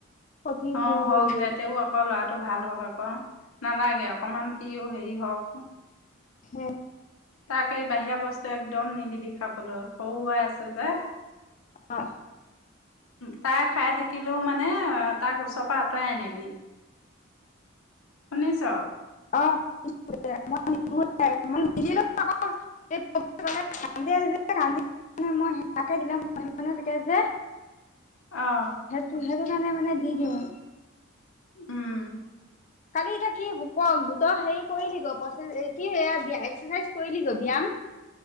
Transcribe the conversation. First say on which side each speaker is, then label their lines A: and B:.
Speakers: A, on the left (about 35°); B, on the left (about 85°).
A: ক্ষতি
B: অ
A: হৈ
B: হওক
A: গ'লগৈ
B: দে অকৌ ল'ৰাটো ভাল হওঁক আকৌ নালাগে অকমান সিও হেৰি হওক
A: উম।
B: তাক এই বাহিৰা বস্তু একদম নিদিবি খাবলে সৰু হয় আছে যে
A: অ
B: তাই খাই থাকিলেও মানে তাক ওচৰৰ পৰা আঁতৰাই আনিবি শুনিছ
A: অ শুনিছো মই নিদিও এ মই নিদিলেও আকৌ মানে কান্দে যে কান্দিলে মানে মই সেইয়াকে দিলে মনে-মনে থাকে যে।
B: অ'
A: সেইটো, সেইটো কাৰণে মানে দি দিওঁ।
B: উম'
A: কালি এতিয়া কি হ'ব ক গোটৰ হেৰি কৰিলি গৈ, কি এইয়া এক্সাৰচাইজ কৰিলি গৈ ব্যায়াম?